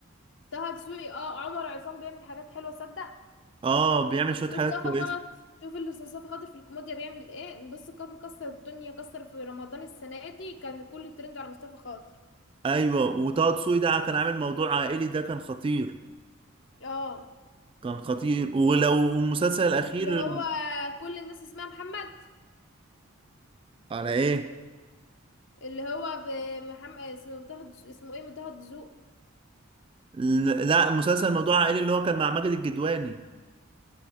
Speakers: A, on the left (about 60°); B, on the right (about 25°).
A: طه دسوقي اه عمر عصام بيعمل حاجات حلوه صدق
B: اه بيعمل شوية
A: مصطفى
B: حاجات كويسة
A: خاطر شوف اللي مصطفى خاطر في الكوميديا بيعمل ايه بص كان مكسر الدنيا كسر في رمضان السنه دي كان كل الترند على مصطفى خاطر
B: ايوه وطه دسوقي ده كان عامل موضوع عائلي ده كان خطير
A: اه
B: كان خطير ولو المسلسل الأخير
A: اللي هو كل الناس اسمها محمد
B: على ايه
A: اللي هو محمد اسمه متاخد اسمه ايه متاخد دسوقي
B: ل- لا مسلسل موضوع عائلي اللي هو كان مع ماجد الكدواني